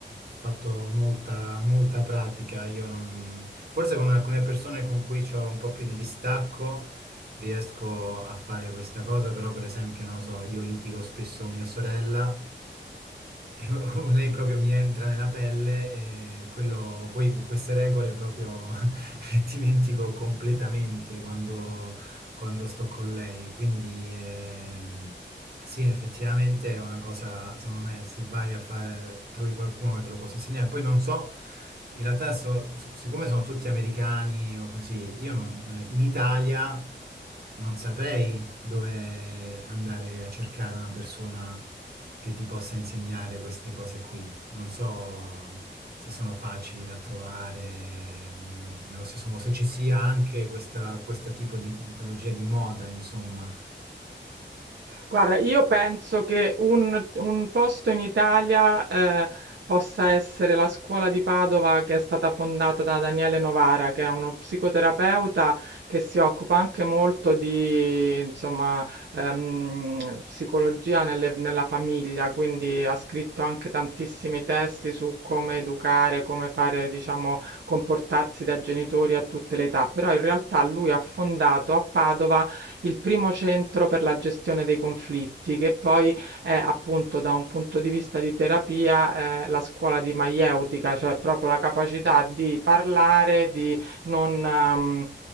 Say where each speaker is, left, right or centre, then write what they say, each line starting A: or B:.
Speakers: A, on the right; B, on the right.
A: Ho fatto molta, molta pratica. Io non... Forse con alcune persone con cui ho un po' più di distacco riesco a fare questa cosa, però per esempio, non lo so, io litigo spesso con mia sorella <laughs> o lei proprio mi entra nella pelle e quello, poi queste regole proprio <laughs> dimentico completamente quando, quando sto con lei. Quindi ehm, sì, effettivamente è una cosa, secondo me, se vai a fare, trovi qualcuno che te lo possa insegnare. Poi non so, in realtà so- siccome sono tutti americani o così, io non, in Italia non saprei dove andare a cercare una persona che ti possa insegnare queste cose qui. Non so se sono facili da trovare, mm, nello stesso modo, se ci sia anche questa, questa tipo di tecnologia di moda, insomma.
B: Guarda, io penso che un, un posto in Italia eh, possa essere la scuola di Padova che è stata fondata da Daniele Novara, che è uno psicoterapeuta che si occupa anche molto di, insomma, ehm, psicologia nelle- nella famiglia, quindi ha scritto anche tantissimi testi su come educare, come fare, diciamo, comportarsi da genitori a tutte le età, però in realtà lui ha fondato a Padova il primo centro per la gestione dei conflitti, che poi è appunto da un punto di vista di terapia, eh, la scuola di maieutica, cioè proprio la capacità di parlare, di non, ehm,